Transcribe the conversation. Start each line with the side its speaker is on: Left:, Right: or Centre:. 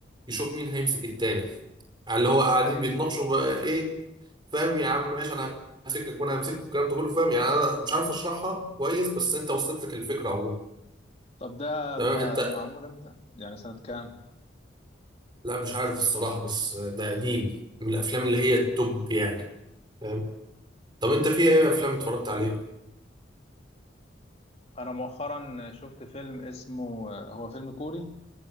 Right: يشوف مين هيمسك التاني على اللي هو قاعدين بيتناقشوا بقى إيه فاهم يا عم ماشي أنا همسكك وأنا همسكك والكلام ده كله فاهم يعني أنا مش عارف أشرحها كويس بس أنت وصلت لك الفكرة عموما
Left: طب ده
Right: تمام
Left: م-
Right: أنت
Left: معمول امتى يعني سنة كام
Right: لا مش عارف الصراحة بس ده قديم من الأفلام اللي هي التوب يعني فاهم طب أنت في إيه أفلام اتفرجت عليها؟
Left: انا مؤخرا شفت فيلم اسمه آه، هو فيلم كوري